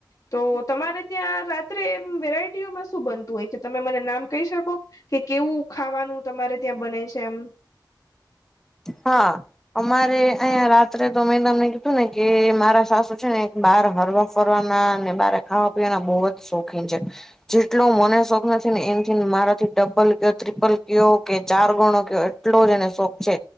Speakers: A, on the left; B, in the centre.
A: તો તમારે ત્યાં રાત્રે એ વેરાયટીઓમાં શું બનતું હોય છે તમે મને નામ કહી શકો. કે કેવું ખાવાનું તમારે ત્યાં બને છે એમ,
B: હા, અમારે અહીં રાત્રે તો મેં તમને કીધું ને કે મારા સાસુ છે ને એક બાર હરવા, ફરવાના અને બારે ખાવા પીવાના બહુ જ શોખીન છે. જેટલો મને શોખ નથી ને એમથીને મારાથી ડબલ કયો ત્રિપલ કયો કે ચાર ગણો કયો, એટલો જ એને શોખ છે